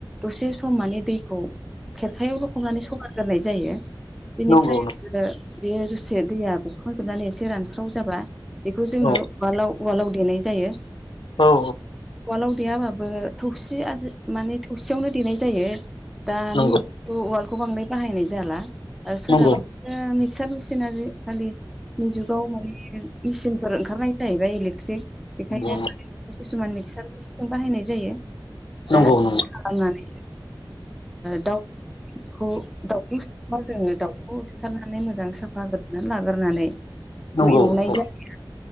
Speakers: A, in the centre; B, on the left.
A: दसे सम माने दैखौ खेरखायाव लखबनानै सरना दोननाय जायो बेनिफ्राय
B: नंगौ
A: बेयो दसे दैया गखांजोबनानै एसे रानस्राव जाबा बेखौ
B: नंगौ
A: जोङो
B: औ
A: उवालाव उवालाव देनाय जायो
B: औ
A: उवालाव देयाबाबो थौसि आ माने थौसियावनो देनाय जायो दानि
B: नंगौ
A: ' उवालखौ बांद्राय बाहायनाय जाला आरो सोरहाबा
B: नंगौ
A: मिक्सार मेसिना आजिखालि नि जुगाव माने मेचिनफोर ओंखारनाय जाहैबाय इलेक्ट्रिक बेखायनो
B: नंगौ
A: किसुमान मिक्सार मेसिन बाहायनाय जायो
B: नंगौ
A: दा
B: नंगौ
A: खालामनानै दाउखौ दाउखौ जोङो दाउखौ बोथारनानै मोजां साफाखालामना लाग्रोनानै
B: नंगौ
A: बे एवनाय
B: औ
A: जायो